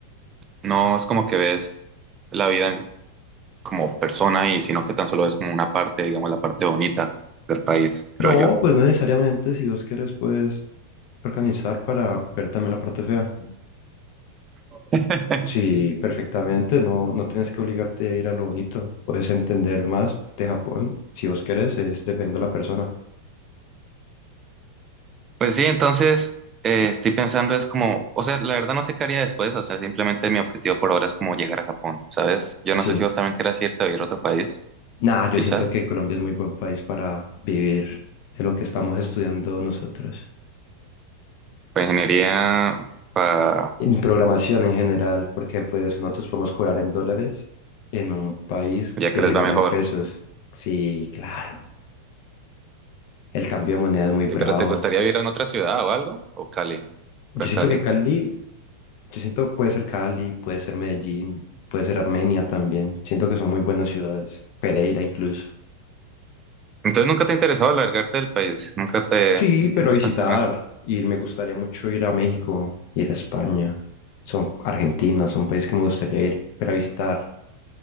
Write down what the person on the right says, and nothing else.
no es como que ves la vida en- como persona y sino que tan solo es como una parte, digamos, la parte bonita del país,
creo yo.
<laughs>
Pues sí, entonces eh, estoy pensando es como, o sea, la verdad no sé qué haría después, o sea, simplemente mi objetivo por ahora es como llegar a Japón, ¿sabes? Yo
no sé si vos también querés irte a vivir a otro país,
quizás,
para ingeniería, para
ya
que les
va mejor.
Eh, Pero ¿te gustaría vivir en otra ciudad o algo? ¿O Cali?
Pura
Cali.
Entonces nunca te ha interesado alargarte del país, nunca te
nunca
has pensado en eso.